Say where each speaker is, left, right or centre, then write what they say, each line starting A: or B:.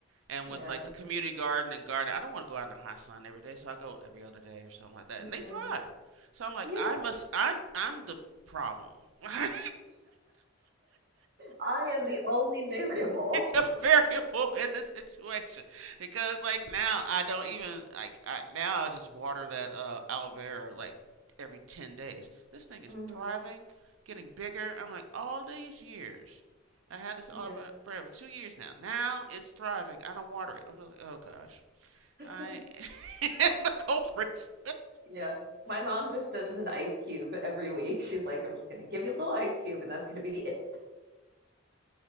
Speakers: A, on the right (about 75°); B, on the right (about 50°).
A: and
B: Yeah.
A: with like the community garden and garden i don't want to go out in the hot sun every day so i go every other day or something like that
B: hmm
A: and they thrive so i'm like
B: Yeah.
A: i must i'm i'm the problem <laughs>
B: I am the only variable.
A: A variable in the situation because like now i don't even like I, now i just water that uh aloe vera like every 10 days this thing is
B: hmm
A: thriving getting bigger i'm like all these years i had this all
B: Yeah.
A: for two years now now it's thriving i don't water it i'm just like oh gosh
B: <laughs>
A: I <laughs> am the culprits.
B: Yeah. My mom just does an ice cube every week. She's like, I'm just gonna give you a little ice cube and that's gonna be it.